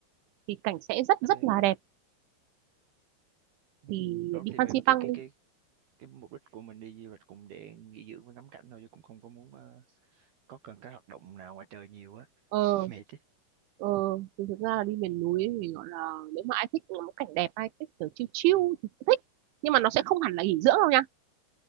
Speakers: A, on the right; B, on the right.
A: thì cảnh sẽ rất
B: ok
A: rất là đẹp
B: ừ.
A: thì
B: đó
A: đi
B: thì
A: Fansipan
B: về về cái cái
A: đi
B: cái cái mục đích của mình đi du lịch cũng để nghỉ dưỡng và ngắm cảnh thôi chứ cũng không có muốn ờ, có cần cái hoạt động nào ngoài trời nhiều á
A: ờ
B: <laughs> mệt ấy
A: Ờ, thì thực ra là đi miền núi thì gọi là nếu mà ai thích ngắm cảnh đẹp ai thích kiểu chill chill thì cũng thích nhưng mà nó sẽ không hẳn là nghỉ dưỡng đâu nha